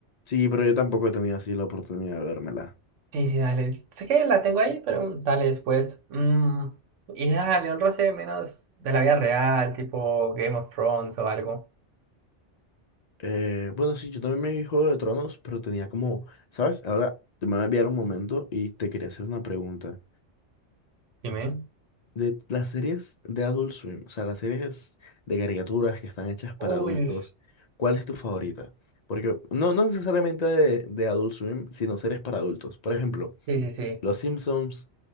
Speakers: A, on the left; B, on the right.
A: Sí, pero yo tampoco he tenido así la oportunidad de vérmela.
B: Sí, sí, dale. Sé que la tengo ahí, pero mm, dale después. Mm, y dale, un roce menos de la vida real, tipo Game of Thrones o algo.
A: Eh, bueno, sí, yo también me vi Juego de Tronos, pero tenía como, ¿sabes? Ahora te me voy a enviar un momento y te quería hacer una pregunta.
B: Dime.
A: De las series de Adult Swim, o sea, las series de caricaturas que están hechas para
B: Uy,
A: adultos, ¿cuál es tu favorita? Porque no, no necesariamente de, de Adult Swim, sino series para adultos. Por ejemplo,
B: Sí, sí, sí.
A: Los Simpsons,